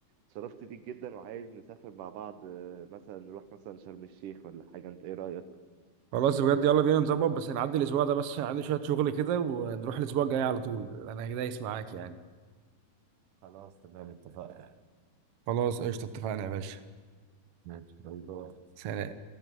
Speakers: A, on the right; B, on the right.
A: اتشرفت بيك جدا وعايز نسافر مع بعض آه، مثلا نروح مثلا شرم الشيخ ولا حاجة أنت إيه رأيك؟
B: خلاص بجد يلا بينا نظبط بس هنعدي الاسبوع ده بس عشان عندي شويه شغل كده ونروح الاسبوع الجاي على طول انا دايس معاك يعني
A: خلاص تمام اتفقنا
B: خلاص قشطة اتفقنا يا باشا
A: ماشي باي باي
B: سلام